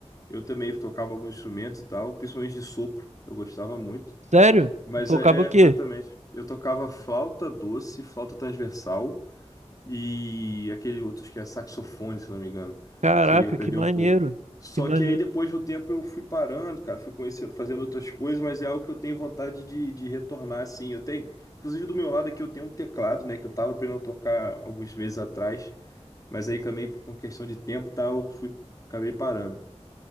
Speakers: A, on the left; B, on the right.
A: eu também tocava alguns instrumentos e tal, principalmente de sopro. Eu gostava muito.
B: Sério?
A: Mas
B: Você tocava
A: é,
B: o quê?
A: é, exatamente. Eu tocava flauta doce, flauta transversal. e aquele outro, acho que é saxofone, se não me engano.
B: Caraca,
A: Cheguei a perder
B: que maneiro,
A: um pouco. Só
B: que maneiro.
A: que aí depois de um tempo eu fui parando, cara, fui conhecendo, fazendo outras coisas, mas é algo que eu tenho vontade de, de retornar, assim. Eu tenho, inclusive do meu lado aqui eu tenho um teclado, né, que eu tava aprendendo a tocar alguns meses atrás, mas aí também por uma questão de tempo e tal, eu fui, acabei parando.